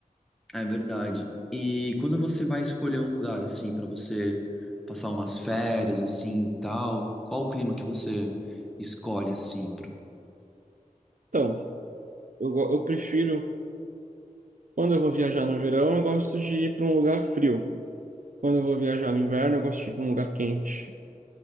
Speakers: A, in the centre; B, on the right.
A: É verdade. E quando você vai escolher um lugar assim pra você passar umas férias assim, e tal, qual o clima que você escolhe assim? pro-
B: Então, eu, go- eu prefiro, quando eu vou viajar no verão, eu gosto de ir para um lugar frio. Quando eu vou viajar no inverno, eu gosto de ir para um lugar quente,